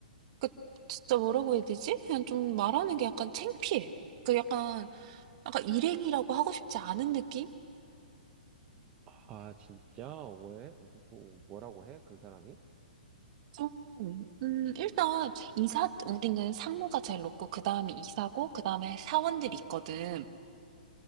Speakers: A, on the right; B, on the right.
A: 그 진짜 뭐라고 해야 되지? 그냥 좀 말하는 게 약간 창피해. 그 약간 약간 일행이라고 하고 싶지 않은 느낌?
B: 아 진짜? 왜? 뭐, 뭐- 뭐라고 해? 그 사람이?
A: 좀, 음, 일단, 이사, 우리는 상무가 제일 높고, 그 다음에 이사고, 그 다음에 사원들이 있거든.